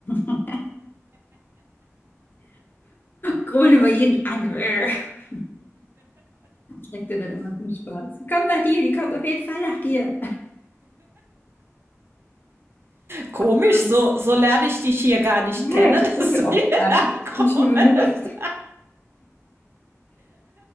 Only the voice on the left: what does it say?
<laughs> grummelt immer jeden an. <laughs> Sagt er dann immer zum Spaß. Komm nach dir, die kommt auf jeden Fall nach dir.
Aber,
ja,
ich
grummel
auch
gar
nicht. Ich nur.